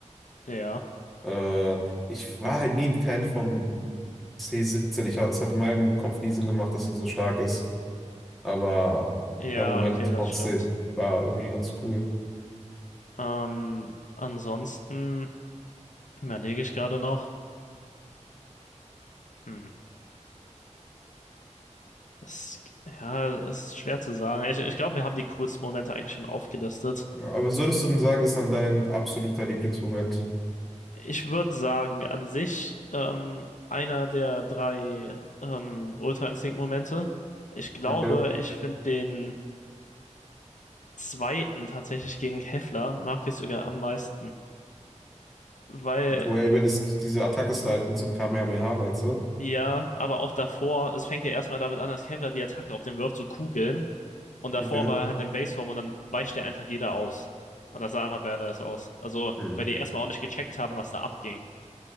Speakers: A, on the left; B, in the centre.
A: Ja.
B: Äh, ich war halt nie ein Fan von C17. Ich, ha- es hat in meinem Kopf nie Sinn gemacht, dass er so stark ist. Aber
A: Ja,
B: der Moment
A: okay,
B: trotzdem
A: das stimmt.
B: war irgendwie ganz cool.
A: Ähm, ansonsten überlege ich gerade noch. Hm. Das, ja, es ist schwer zu sagen. Ich, ich glaube, wir haben die coolsten Momente eigentlich schon aufgelistet.
B: Ja, Aber was würdest du denn sagen,
A: So.
B: ist dann dein absoluter Lieblingsmoment?
A: Ich würde sagen, an sich ähm, einer der drei ähm, Ultra Instinct-Momente. Ich glaube,
B: Okay.
A: ich finde den zweiten tatsächlich gegen Heffler mag ich sogar am meisten. Weil,
B: Wo er über das, diese Attacke slidet
A: So.
B: mit so einem Kamehameha, meinst du?
A: ja, aber auch davor, es fängt ja erstmal damit an, dass Heffler die Attacke auf den wirft, so Kugeln. Und davor
B: Okay.
A: war er halt in Baseform und dann weicht er einfach jeder aus. Und das sah einfach badass aus. Also,
B: Hm.
A: weil die erstmal auch nicht gecheckt haben, was da abging.